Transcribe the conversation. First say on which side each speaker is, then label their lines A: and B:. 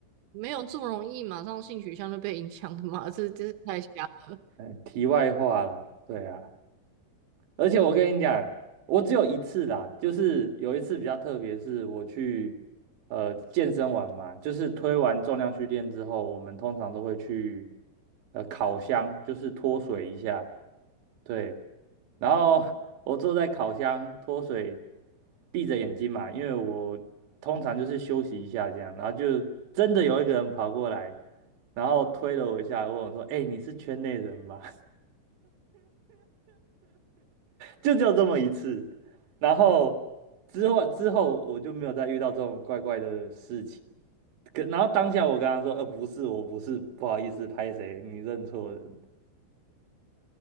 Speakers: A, on the right; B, on the right.
A: 没有这么容易马上性取向就被影响的嘛，这这是太瞎了。
B: 呃，题外话啦，对啊。而且我跟你讲，我只有一次啦，就是有一次比较特别，是我去呃健身完嘛，就是推完重量训练之后，我们通常都会去呃烤箱，就是脱水一下，对。然后我坐在烤箱脱水，闭着眼睛嘛，因为我通常就是休息一下这样，然后就真的有一个人跑过来，然后推了我一下，问我说：“哎、你是圈内人吗？”就只有这么一次。然后之后之后我就没有再遇到这种怪怪的事情。可然后当下我跟他说，呃，不是，我不是，不好意思，拍谁，你认错人。